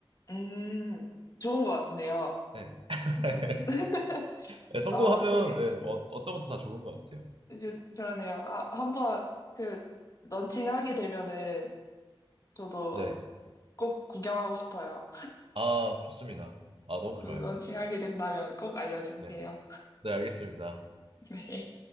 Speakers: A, on the left; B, on the right.
A: 음, 좋은 것 같네요.
B: 네. <laughs>
A: 저, <laughs>
B: 네, 성공하면
A: 어, 되게,
B: 네, 어, 어떤 것도 다 좋은 것 같아요.
A: 그- 그러네요. 아, 한번, 그, 런칭하게 되면은, 저도
B: 네.
A: 꼭 구경하고 싶어요.
B: 아, 좋습니다. 아, 너무
A: 그,
B: 좋아요.
A: 런칭하게 된다면 꼭 알려주세요.
B: 네. 네, 알겠습니다.
A: <laughs> 네.